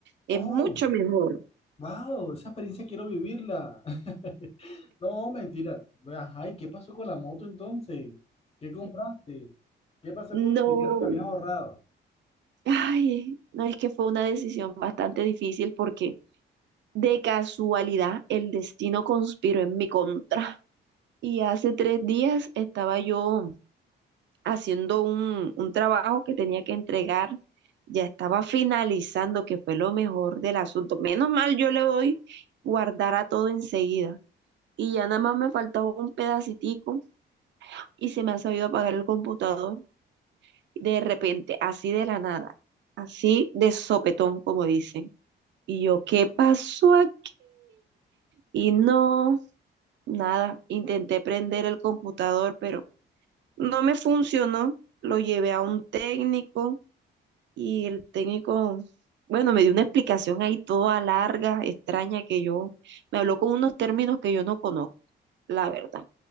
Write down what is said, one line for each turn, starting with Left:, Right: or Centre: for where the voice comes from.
Right: Es
Left: Oh,
Right: mucho mejor.
Left: wow, esa experiencia quiero vivirla. <laughs> No, mentira. Ajá, ¿y qué pasó con la moto entonces? ¿Qué compraste? ¿Qué pasó con
Right: No,
Left: el dinero que habías ahorrado?
Right: ay, no es que fue una decisión bastante difícil porque De casualidad, el destino conspiró en mi contra. Y hace tres días estaba yo haciendo un, un trabajo que tenía que entregar. Ya estaba finalizando, que fue lo mejor del asunto. Menos mal, yo le doy guardar a todo enseguida. Y ya nada más me faltaba un pedacitico y se me ha sabido apagar el computador de repente, así de la nada, así de sopetón, como dicen. Y yo, ¿qué pasó aquí? Y no, Nada, intenté prender el computador, pero no me funcionó. Lo llevé a un técnico y el técnico, bueno, me dio una explicación ahí toda larga, extraña, que yo me habló con unos términos que yo no conozco, la verdad.